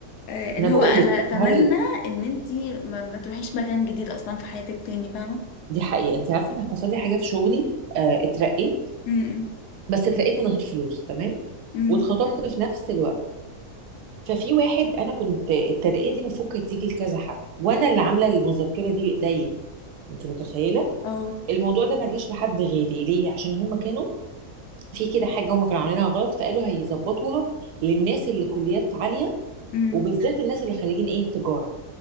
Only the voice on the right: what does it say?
انا بقول
لك
هل
دي حقيقة انت عارفة انا حصل لي حاجة في شغلي آه اترقيت
بس اترقيت من غير فلوس تمام
واتخطبت في نفس الوقت ففي واحد انا كنت الترقية دي المفروض كانت تيجي لكذا حد وانا اللي عاملة المذكرة دي بايديا انت متخيلة
الموضوع ده ما جاش لحد غيري ليه عشان هم كانوا في كده حاجة هم كانوا عاملينها غلط فقالوا هيظبطوها للناس اللي كليات عالية
وبالذات الناس اللي خريجين ايه تجارة